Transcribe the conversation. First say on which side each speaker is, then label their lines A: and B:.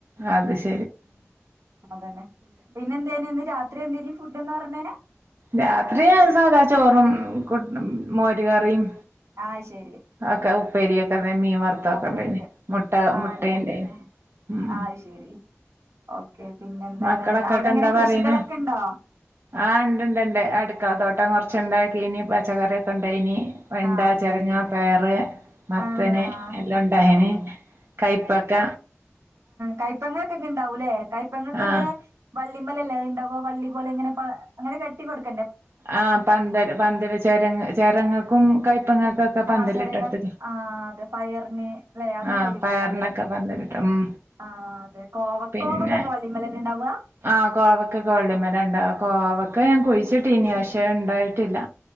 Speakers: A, on the right; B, on the right.
A: അത് ശെരി
B: അതന്നെ പിന്നെ എന്തേന് ഇന്ന് രാത്രി എന്തേനു ഫുഡ് എന്ന് പറഞ്ഞേനെ
A: രാത്രി സാധാ ചോറും കുട് മോര് കറിയും
B: ആഹ് ശരി
A: ഒക്കെ ഉപ്പേരിയൊക്കെ അത മീൻവർത്തൊക്കെ
B: അപ്പരൊക്കെ
A: ഉണ്ടായിന് മൊട്ട
B: ആഹ്
A: മൊട്ടയുണ്ടായിന്
B: ഉണ്ടായിനില്ലേ
A: ഇം
B: ആഹ് ശരി ഓക്കെ പിന്നെ എന്താണ്
A: മക്കളൊക്കെട്ട്
B: അവിടെ എങ്ങനെ
A: എന്താ
B: കൃഷികളൊക്കെ
A: പറയണ്
B: ഉണ്ടോ
A: ആ ഇണ്ട് ഇണ്ട് ഇണ്ട് അടുക്കള തോട്ടം കൊറ കൊറച്ചുണ്ടാക്കിനി പച്ചക്കറിയൊക്കെണ്ടയിന് വെണ്ട
B: ആഹ് ഉണ്ടായില്ലേ
A: ചെരങ്ങ പയർ മത്തന്
B: ആഹ്
A: എല്ലോണ്ടയിന്
B: ഓക്കെ
A: കയ്പ്പയ്ക്ക
B: കയ്പ്പങ്ങക്കെങ്ങ എണ്ടാവൂല്ലേ കയ്പപ്പങ്ങനേ
A: ആഹ്
B: അല്ലിമലല്ലേ അതിണ്ടാവു വള്ളിപ്പൊലെ ഇങ്ങനെ പ അങ്ങനെ കെ <unintelligible>
A: ആ പന്തല് പന്തല് ചെരങ്ങ് ചെരങ്ങക്കും കയ്പ്പങ്ങ ക്ക പന്തലിട്ടിട്ട്
B: ആഹ് ചെരങ്ങ ആഹ് അതെ പയറിന് അല്ലെ അതൊക്കെ
A: ആ
B: അതില്
A: പയറിനൊക്കെ
B: പെട്ടാ അല്ലെ
A: പന്തലിടും ഇം
B: ആഹ് അതെ കോവ
A: പിന്നെ
B: കോവക്കൊക്കെ വള്ളിമേലല്ലേ ഉണ്ടാവുക
A: ആ കോവക്ക് വള്ളിമേലാ ഇണ്ടാവ കോവയ്ക്കാ പ്പെ ഞാൻ കുഴിച്ചി ട്ടീനിം പക്ഷെ അത് ഇണ്ടായിട്ടില്ല